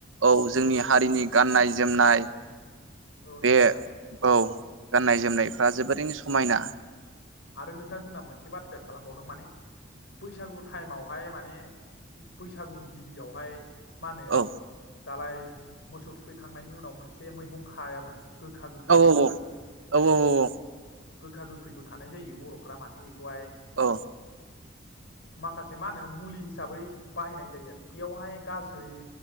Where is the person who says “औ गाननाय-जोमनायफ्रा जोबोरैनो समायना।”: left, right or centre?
Right